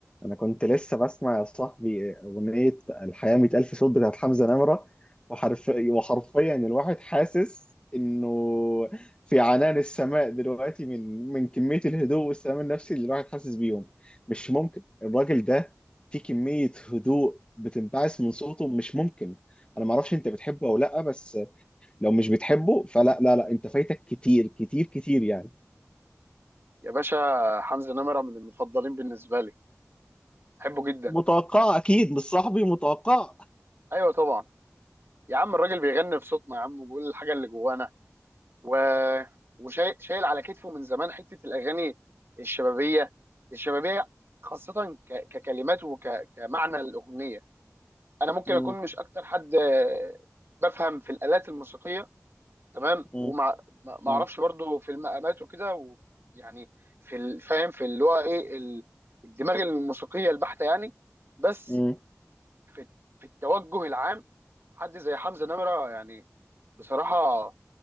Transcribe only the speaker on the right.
يا باشا حمزة نمرة من المفضلين بالنسبة لي بحبه جدا
ايوه طبعا يا عم الراجل بيغني في صوتنا يا عم وبيقول الحاجة اللي جوانا و... وشايل على كتفه من زمان حتة الاغاني الشبابية الشبابية خاصة ك... ككلمات وكمعنى الاغنية انا ممكن
اكون مش اكتر حد آه، بفهم في الالات الموسيقية تمام
وما ما ما
اعرفش برضو في المقامات وكده ويعني في الفاهم في اللي هو ايه ال- الدماغ الموسيقية البحتة يعني بس
في في التوجه العام حد زي حمزة نمرة يعني بصراحة